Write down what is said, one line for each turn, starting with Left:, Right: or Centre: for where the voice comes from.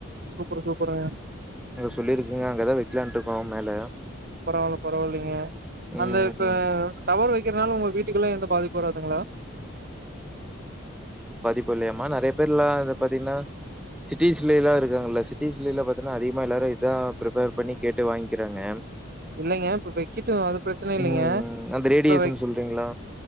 Right: சூப்பரு சூப்பருங்க
Centre: சொல்லியிருக்குங்க. அங்கதான் வைக்கலான்ட்டு இருக்கோம் மேல.
Right: பரவால்ல பரவால்லைங்க
Centre: ம்.
Right: அந்த இப்ப டவர் வக்கிறனால உங்க வீட்டுக்குல்லா எந்த பாதிப்பு வராதுங்ளா
Centre: ப்பு இல்லையாமா நெறைய பேர்லா இத பாத்தீங்னா சிட்டீஸ்லைலா இருக்காங்கல்ல சிட்டீஸ்லைல்லா பாத்தனா அதிகமா எல்லாரு இதா ப்ரிப்பேர் பண்ணி கேட்டு வாங்க்கிறாங்க
Right: இல்லைங்க இப்ப வெக்கட்டு அது பிரச்சன இல்லைங்க
Centre: ம். அந்த ரேடியேஷன்
Right: இப்ப வக்
Centre: சொல்றீங்களா?